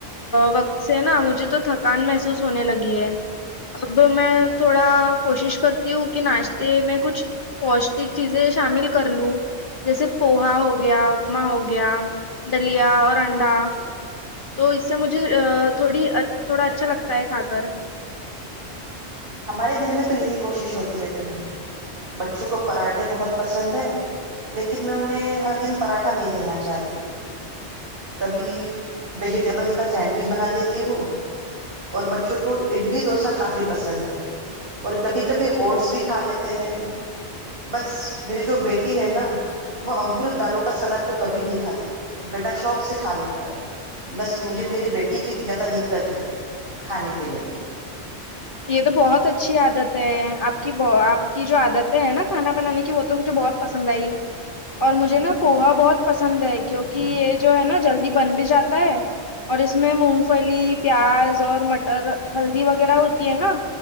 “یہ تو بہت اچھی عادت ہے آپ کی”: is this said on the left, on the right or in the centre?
Left